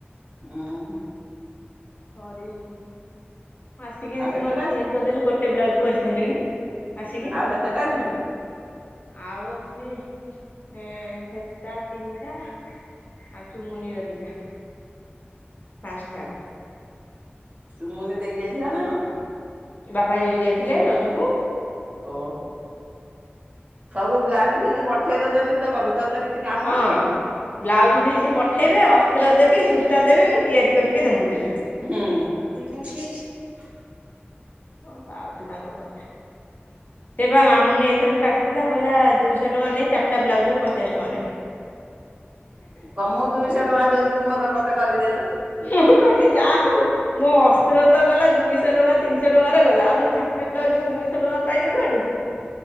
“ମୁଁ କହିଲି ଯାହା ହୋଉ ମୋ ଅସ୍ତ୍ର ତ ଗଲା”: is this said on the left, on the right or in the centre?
Left